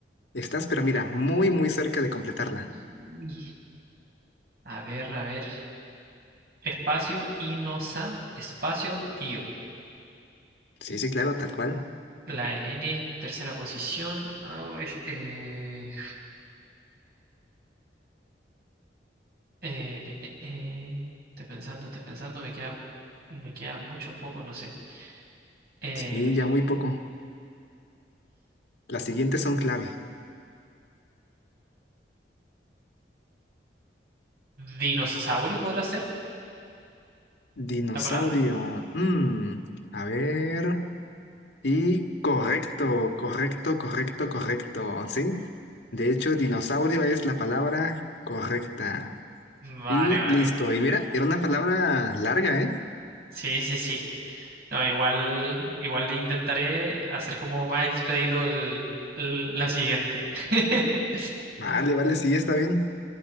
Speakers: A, on the left; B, on the right.
A: Estás, pero mira, muy, muy cerca de completarla.
B: Y- A ver, a ver. Espacio, Inosa, espacio, Río.
A: Sí, sí, claro, tal cual.
B: La N, tercera posición. Ay, eh, eh, eh, eh, eh. Estoy pensando, estoy pensando. Me queda, me queda mucho poco, no sé. Eh,
A: Sí, ya muy poco. Las siguientes son clave.
B: ¿dinosaurio podrá ser
A: Dinosaurio.
B: la palabra?
A: Mm, a ver. Y correcto, correcto, correcto, correcto. ¿Sí? De hecho, dinosaurio es la palabra correcta.
B: Vale,
A: Y
B: vale.
A: listo. Y mira, era una palabra larga, ¿eh?
B: Sí, sí, sí. No, igual, igual intentaré hacer como más expedito el, el- la siguiente. <laughs>
A: Vale, vale, sí, está bien.